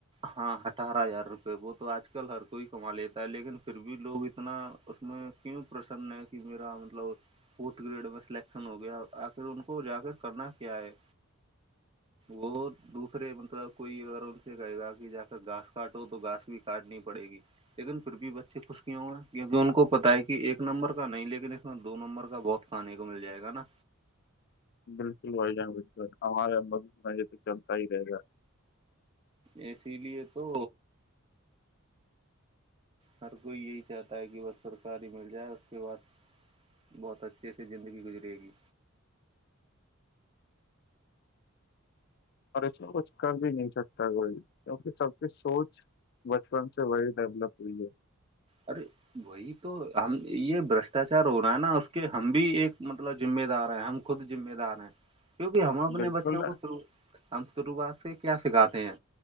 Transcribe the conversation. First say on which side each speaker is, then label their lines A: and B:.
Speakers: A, on the right; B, on the left.
A: ہاں اٹھارہ ہزار روپئے وہ تو آج کل ہر کوئی کما لیتا لیکن پھر بھی لوگ اتنا اس میں کیوں پرسن ہے کہ میرا مطلب فورتھ گریڈ میں سلیکشن ہو گیا آخر ان کو جا کر کرنا کیا ہے وہ دوسرے مطلب کوئی اگر ان سے کہے گا کہ جا کر گاس کاٹو تو گاس بھی کاٹنی پڑے گی لیکن پھر بھی بچے خوش ک ہ ہو گئے کیکہ ان کو پت ہے کہ ایک نمبر کا نہیں لیکن اس میں دو نمبر کا بہت کھانے کو مل جائے گا نا
B: بالکل وھائی جان بالکل ہمارا م یہ تو چلتا ہی رہے گا
A: اسی لیے تو ہر کوئی یہی چاہتا ہے کہ بس سرکاری مل جائے اس کے بعد بہت اچھے سے زندگی گزرے گی
B: اور اس میں کچھ کر بھی نہیں سکتا کوئی کیونکہ سب کی سوچ بچپن سے وہی ڈیولپ ہوئی ہے
A: ارے بول وہی تو ہم یہ بشٹاچار ہو رہا ہے نا اس کے ہم بھی ایک مطلب مہ دار ہیں ہم خود مے دار کیونکہ ہم اپنے
B: بالکل
A: بچوں کو ہم شروعات سے کیا سکھاتے ہیں